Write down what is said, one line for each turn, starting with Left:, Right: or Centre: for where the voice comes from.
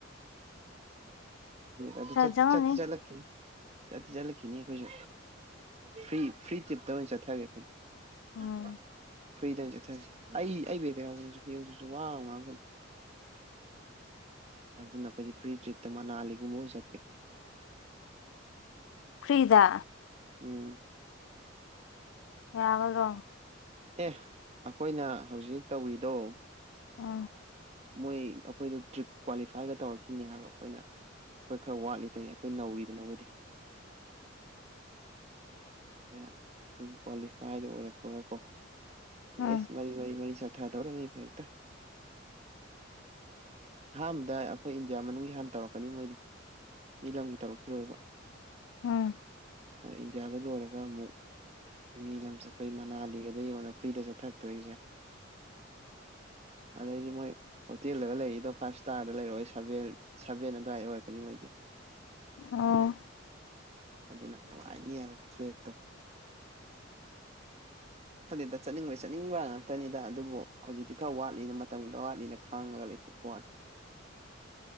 Right: ꯑꯗꯨ
Left: ꯆꯪ
Right: ꯆ
Left: ꯆꯪꯉꯝꯅꯤ
Right: ꯆꯠꯇꯤ ꯆꯠꯂꯛꯈꯤꯅꯤ ꯆꯠꯇꯤ ꯆꯠꯂꯛꯈꯤꯅꯤ ꯑꯩꯈꯣꯏꯁꯨ ꯐ꯭ꯔꯤ ꯐ꯭ꯔꯤ ꯇ꯭ꯔꯤꯞꯇ ꯑꯣꯏꯅ ꯆꯠꯊꯒꯦ ꯑꯩꯈꯣꯏꯗꯤ ꯁꯅꯥꯊꯣꯏ
Left: ꯎꯝ
Right: ꯐ꯭ꯔꯤꯗꯥ ꯑꯣꯏꯅ ꯆꯠꯊꯒꯦ ꯑꯩ ꯑꯩ ꯕꯦꯒꯇ ꯌꯥꯎꯕꯅꯦꯁꯨ ꯌꯦꯡꯉꯨꯆꯣ ꯆꯣ ꯋꯥ ꯉꯥꯡꯉꯪꯀꯅꯣ ꯑꯗꯨ ꯅ ꯑꯩꯈꯣꯏꯗꯤ ꯐ꯭ꯔꯤ ꯇ꯭ꯔꯤꯠꯇ ꯃꯅꯥꯂꯤꯒꯨꯝꯕ ꯑꯣꯏ ꯆꯠꯀꯦ
Left: ꯐꯔꯤꯗ
Right: ꯎꯝ
Left: ꯌꯥꯒꯗꯔꯣ
Right: ꯑꯦ ꯑꯈꯣꯏꯅ ꯍꯧꯖꯤꯛ ꯇꯧꯔꯤꯗꯣ
Left: ꯑꯣ
Right: ꯃꯣꯏ ꯑꯩꯈꯣꯏꯗ ꯇ꯭ꯔꯤꯞ ꯀ꯭ꯋꯥꯂꯤꯐꯥꯏꯒ ꯇꯧꯔꯛꯈꯤꯅꯤ ꯍꯥꯏꯕ ꯑꯩꯈꯣꯏꯅ ꯑꯩꯈꯣꯏ ꯈꯔ ꯋꯥꯠꯂꯤ ꯑꯗꯨ ꯑꯩꯈꯣꯏ ꯅꯧꯔꯤꯗ ꯑꯈꯣꯏꯗꯤ ꯑꯗꯨꯅ ꯑꯗꯨꯒꯤ ꯀ꯭ꯋꯥꯂꯤꯐꯥꯏꯗ ꯑꯣꯏꯔꯛꯄꯒ ꯀꯣ
Left: ꯎꯝ
Right: ꯑꯦꯁ ꯃꯔꯤ ꯃꯔꯤ ꯃꯔꯤ ꯁ ꯊꯗꯧꯔꯝꯃꯤꯕ ꯍꯦꯛꯇ ꯑꯍꯥꯟꯕꯗ ꯑꯈꯣꯏ ꯏꯟꯗꯤꯌꯥ ꯃꯅꯨꯡꯒꯤ ꯍꯥꯟꯅ ꯇꯧꯔꯛꯈꯤꯅꯤ ꯃꯣꯏꯗꯤ ꯃꯤ ꯂꯝꯒꯤ ꯇꯧꯔꯛꯈꯤꯔꯣꯏꯕ
Left: ꯎꯝ
Right: ꯏꯟꯗꯌꯥꯗꯅ ꯂꯣꯏꯔ ꯨ ꯒ ꯑꯃꯨꯛ ꯃꯤ ꯆꯠꯄꯒꯤ ꯃꯅꯥꯂꯤꯒꯗꯣ ꯌꯦꯡꯉꯣꯗꯅ ꯐ꯭ꯔꯤꯗ ꯆꯠꯊꯔꯛꯇꯣꯔꯤꯁꯦ ꯑꯗꯩꯗꯤ ꯃꯣꯏ ꯍꯣꯇꯦꯜꯗꯒ ꯂꯩꯔꯛꯏꯗꯣ ꯐꯥꯏꯚ ꯏꯁꯇꯥꯔꯗ ꯂꯩꯔꯛꯑꯣꯏ ꯁꯚꯦꯟ ꯁꯚꯦꯟ ꯑꯗꯨꯋꯥꯏꯗ ꯑꯣꯏꯔꯛꯀꯅꯤ ꯃꯣꯏꯗꯤ
Left: ꯑꯣ
Right: ꯑꯗꯨ ꯑꯗꯨꯅ ꯅꯨꯡꯉꯥꯏꯅꯤ ꯌꯥꯝꯁꯨꯦꯠꯇꯣ ꯈꯖꯤꯦꯛꯇ ꯆꯠꯅꯤꯡꯕꯩ ꯆꯠꯅꯤꯡꯕ ꯉꯥꯛꯇꯅꯤꯗ ꯑꯗꯨꯕꯨ ꯍꯧꯖꯤꯛꯇꯤ ꯈꯔ ꯋꯥꯠꯂꯤꯅ ꯃꯇꯝꯗꯨꯗ ꯋꯥꯠꯂꯤꯅ ꯈꯥꯡꯉꯒ ꯂꯩꯊꯣꯛꯄ ꯋꯥꯅꯤ